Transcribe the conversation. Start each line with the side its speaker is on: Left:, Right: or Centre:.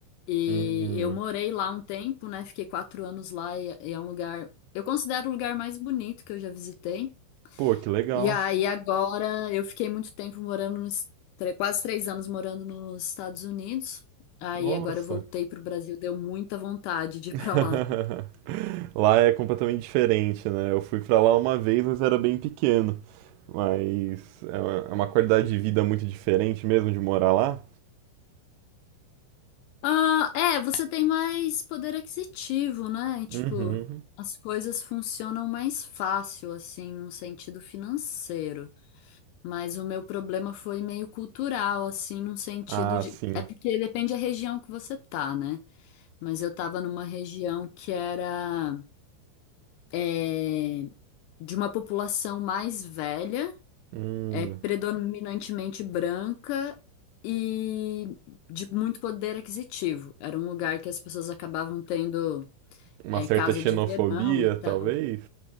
Left: E
Right: Hum,
Left: eu morei lá um tempo, né? Fiquei quatro anos lá e é, e é um lugar, eu considero o lugar mais bonito que eu já visitei.
Right: pô, que legal.
Left: E aí agora eu fiquei muito tempo morando nos tre- quase três anos morando nos Estados Unidos. Aí
Right: Nossa.
Left: agora eu voltei pro Brasil, deu muita vontade de
Right: <laughs>
Left: ir pra lá.
Right: Lá é completamente diferente, né? Eu fui pra lá uma vez, mas era bem pequeno. Mas é uma é uma qualidade de vida muito diferente mesmo de morar lá.
Left: Ah, é, você tem mais poder aquisitivo, né? Tipo,
Right: Uhum.
Left: as coisas funcionam mais fácil, assim, num sentido financeiro. Mas o meu problema foi meio cultural, assim, num sentido
Right: Ah,
Left: de.
Right: sim.
Left: É porque depende da região que você tá, né? Mas eu tava numa região que era. é, de uma população mais velha,
Right: Hum.
Left: é, predominantemente branca e de muito poder aquisitivo. Era um lugar que as pessoas acabavam tendo,
Right: Uma
Left: é,
Right: certa
Left: casa
Right: xenofobia,
Left: de verão e tal.
Right: talvez.